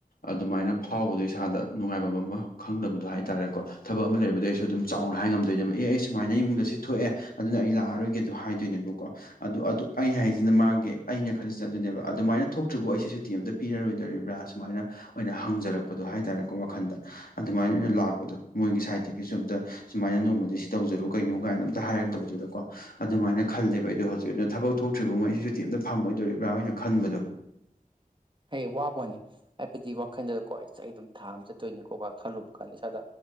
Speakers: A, on the left; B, on the right.
A: ꯑꯗꯨꯃꯥꯏꯅ ꯐꯥꯎꯕꯗꯣ ꯏꯁꯥꯗ ꯅꯨꯡꯉꯥꯏꯕ ꯑꯃ ꯈꯪꯗꯕꯗꯣ ꯍꯥꯏꯇꯥꯔꯦꯀꯣ ꯊꯕꯛ ꯑꯃ ꯂꯩꯔꯕꯗꯤ ꯑꯩꯁꯨ ꯑꯗꯨꯝ ꯆꯥꯎꯅ ꯍꯥꯏ ꯉꯝꯗꯣꯏꯅꯦꯕ ꯑꯦ ꯑꯩ ꯁꯨꯃꯥꯏꯅ ꯏꯃꯨꯡꯗ ꯁꯤ ꯊꯣꯛꯑꯦ ꯑꯗꯨꯅ ꯑꯩ ꯂꯥꯛꯑꯔꯣꯏꯒꯦꯗꯣ ꯍꯥꯏꯗꯣꯏꯅꯦꯕꯀꯣ ꯑꯗꯨ ꯑꯗꯨ ꯑꯩ ꯍꯥꯏꯁꯤꯅ ꯃꯥꯒꯤ ꯑꯩꯅ ꯈꯜꯂꯤꯁꯤꯅ ꯑꯗꯨꯅꯦꯕ ꯑꯗꯨꯃꯥꯏꯅ ꯊꯣꯛꯇ꯭ꯨꯕꯨ ꯑꯩꯁꯦ ꯁꯨꯇꯤ ꯑꯃꯇ ꯄꯤꯔꯔꯣꯏꯗꯣꯔꯤꯕ꯭ꯔꯥ ꯁꯨꯃꯥꯏꯅ ꯑꯣꯏꯅ ꯍꯪꯖꯔꯛꯄꯗꯣ ꯍꯥꯏꯇꯥꯔꯦꯀꯣ ꯋꯥꯈꯜꯗ ꯑꯗꯨꯃꯥꯏꯅ ꯑꯣꯏꯅ ꯂꯥꯛꯄꯗꯣ ꯃꯣꯏꯒꯤ ꯁꯥꯏꯠꯇꯒꯤꯁꯨ ꯑꯝꯗ ꯁꯨꯃꯥꯏꯅ ꯅꯣꯡꯃꯗꯤ ꯁꯤ ꯇꯧꯖꯔꯨ ꯀꯩꯅꯣ ꯀꯥꯏꯅ ꯑꯝꯇ ꯍꯥꯏꯔꯛꯇꯕꯗꯨꯗ ꯀꯣ ꯑꯗꯨꯃꯥꯏꯅ ꯈꯜꯂꯦꯕ ꯑꯩꯗꯣ ꯍꯧꯖꯤꯛ ꯑꯗꯨꯅ ꯊꯕꯛ ꯊꯣꯛꯇ꯭ꯔꯤꯕ ꯃꯣꯏꯁꯤꯁꯨꯨꯇꯤꯝꯇ ꯐꯪꯉꯣꯏꯗꯣꯔꯤꯕ꯭ꯔꯥ ꯍꯥꯏ ꯑꯣꯏꯅ ꯈꯟꯕꯗꯣ
B: ꯍꯌꯦ ꯋꯥꯕꯣꯅꯦ ꯍꯥꯏꯕꯗꯤ ꯋꯥꯈꯟꯗꯗꯀꯣ ꯑꯩꯁ ꯑꯩ ꯑꯗꯨꯝ ꯊꯥ ꯑꯃ ꯆꯠꯇꯣꯏꯅꯤꯀꯣ ꯈꯜꯂꯨꯕ ꯀꯥꯟꯗ ꯏꯁꯥꯗ